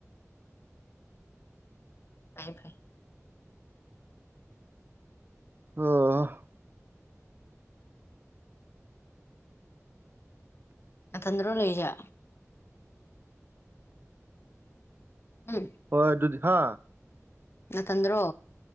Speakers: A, on the left; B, on the right.
A: ꯇꯥꯏ ꯐꯥꯏ
B: ꯑꯣ
A: ꯅꯊꯠꯇꯔꫭ ꯂꯩꯖ ꯎꯝ
B: ꯍꯣꯏ ꯑꯗꯨꯗꯤ ꯍꯥ
A: ꯅꯊꯟꯗ꯭ꯔꯣ